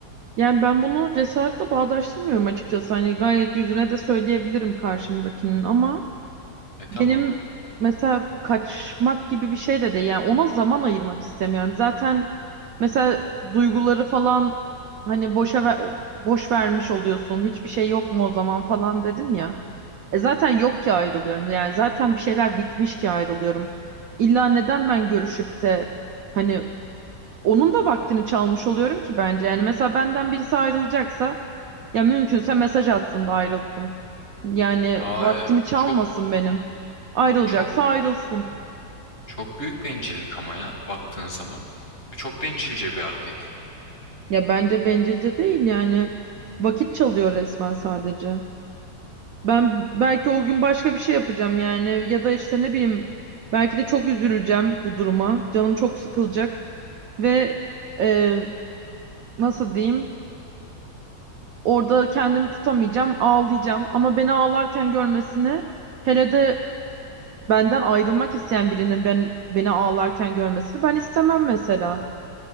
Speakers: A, on the right; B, on the left.
A: Yani ben bunu cesaretle bağdaştırmıyorum açıkçası. Hani gayet yüzüne de söyleyebilirim karşımdakinin ama
B: E tamam.
A: benim mesela kaçmak gibi bir şey de değil. Yani ona zaman ayırmak istemiyorum. Zaten mesela duyguları falan hani boşa ver- boş vermiş oluyorsun. Hiçbir şey yok mu o zaman falan dedin ya. E zaten yok ki ayrılıyorum. Yani zaten bir şeyler bitmiş ki ayrılıyorum. İlla neden ben görüşüp de hani onun da vaktini çalmış oluyorum ki bence. Yani mesela benden birisi ayrılacaksa ya mümkünse mesaj atsın da ayrılsın. Yani
B: Hayır.
A: vaktimi çalmasın
B: Çok
A: benim. Ayrılacaksa
B: çok
A: ayrılsın.
B: çok büyük bencillik ama ya baktığın zaman. Çok bencilce bir hareket.
A: Ya bence bencilce değil yani. Vakit çalıyor resmen sadece. Ben belki o gün başka bir şey yapacağım yani ya da işte ne bileyim belki de çok üzüleceğim bu duruma. Canım çok sıkılacak ve e, nasıl diyeyim? Orada kendimi tutamayacağım, ağlayacağım. Ama beni ağlarken görmesini, hele de benden ayrılmak isteyen birinin ben beni ağlarken görmesini ben istemem mesela.